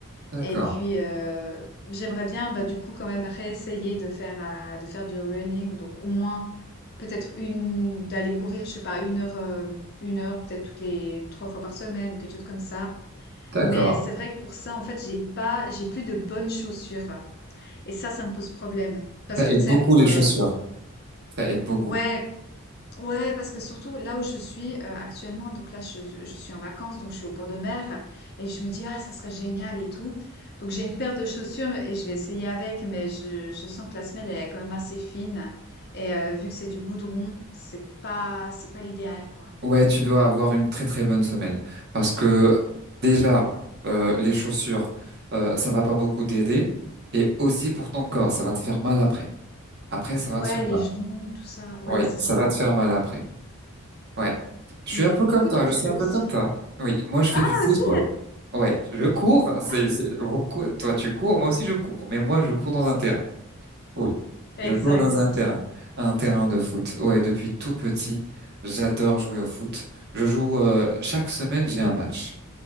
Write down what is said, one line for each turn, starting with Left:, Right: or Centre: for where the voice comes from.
Right: D'accord,
Left: Et puis, euh, j'aimerais bien, bah, du coup, quand même réessayer de faire, euh, de faire du running, donc au moins, peut-être une, d'aller courir, je sais pas, une heure, euh, une heure, peut-être toutes les trois fois par semaine ou quelque chose comme ça.
Right: d'accord.
Left: Mais c'est vrai que pour ça, en fait, j'ai pas, j'ai plus de bonnes chaussures. Et ça, ça me pose problème. Parce
Right: Ça
Left: que,
Right: aide
Left: tu
Right: beaucoup
Left: sais, pour,
Right: les
Left: euh,
Right: chaussures. Ça aide beaucoup.
Left: Ouais, Ouais, parce que surtout là où je suis euh, actuellement, donc là je, je- je suis en vacances, donc je suis au bord de mer et je me dis ah ça serait génial et tout. Donc j'ai une paire de chaussures et je vais essayer avec, mais je, je sens que la semelle elle est quand même assez fine et euh, vu que c'est du goudron, c'est pas c'est pas l'idéal quoi.
Right: Ouais, tu dois avoir une très très bonne semelle parce que déjà euh, les chaussures euh, ça va pas beaucoup t'aider et aussi pour ton corps ça va te faire mal après. Après ça va
Left: Ouais,
Right: te faire
Left: les
Right: mal.
Left: genoux, tout ça, ouais
Right: Ouais,
Left: c'est
Right: ça
Left: ça.
Right: va te faire mal après. Ouais. Je suis
Left: Mais
Right: un peu
Left: du
Right: comme
Left: coup
Right: toi,
Left: toi tu
Right: je suis
Left: fais
Right: un
Left: aussi.
Right: peu comme toi. Oui, moi je fais
Left: Ah
Right: du football.
Left: aussi.
Right: Ouais, je cours, c'est
Left: Ah
Right: c'est- vous cou- toi tu cours, moi aussi je cours, mais moi je cours dans un terrain. Oui,
Left: exact.
Right: je cours dans un terrain, un terrain de foot. Ouais, depuis tout petit, j'adore jouer au foot. Je joue euh, chaque semaine, j'ai un match.